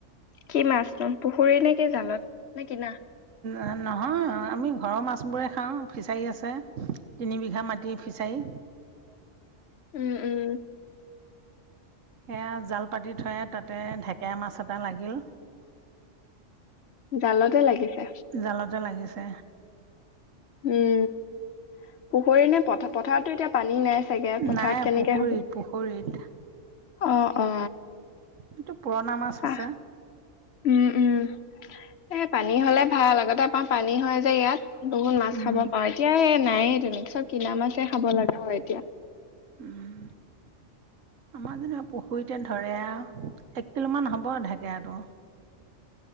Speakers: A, on the left; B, on the right.
A: কি মাছ? <unintelligible> ফুৰি নে কি জালত নে কিনা?
B: আ, নহয় আমি ঘৰৰ মাছবোৰে খাওঁ ফিচাৰী আছে তিনি বিঘা মাটিৰ ফিছাৰী।
A: উম উম
B: সেয়া জাল পাতি থয় তাতে ঢেকেৰা মাছ এটা লাগিল।
A: <unintelligible> জালতে লাগিছে
B: ডালতে লাগিছে
A: উম পুখুৰী নে প পথাৰতো এতিয়া পানী নাই চাগে পথাৰত
B: নাই
A: কেনেকে
B: পুখুৰীত
A: হ'ব
B: পুখুৰীত
A: অ অ।
B: এইটো পুৰণা মাছ আছে।
A: আহ উম উম এ পানী হলে ভাল আগতে পাম। পানী হয় যে ইয়াত বহুত মাছ
B: উম
A: খাব পাৰওঁ এতিয়া নাই তম চব। কিনা মাছেই খাব লগা হয় এতিয়া
B: উম আমাৰ যেনিবা পুখুৰীতে ধৰে আৰু এক কিলোমান হ'ব ঢেকেৰাটো।